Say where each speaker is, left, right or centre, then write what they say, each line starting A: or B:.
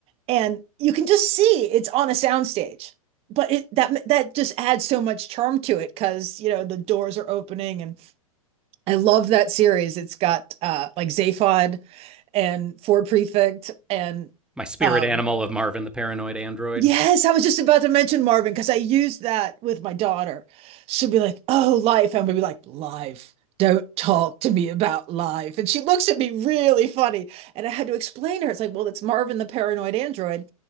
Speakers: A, on the right; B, in the centre.
A: And you can just see it's on a soundstage. But it that that just adds so much charm to it because, you know, the doors are opening and I love that series. It's got uh like Zaphod and Ford Prefect and
B: my spirit
A: um
B: animal of Marvin the Paranoid Android.
A: yes, I was just about to mention Marvin because I used that with my daughter. She'll be like, "Oh, life," and we'll be like, "Life." Don't talk to me about life. And she looks at me really funny. And I had to explain to her, it's like, well, it's Marvin the paranoid android.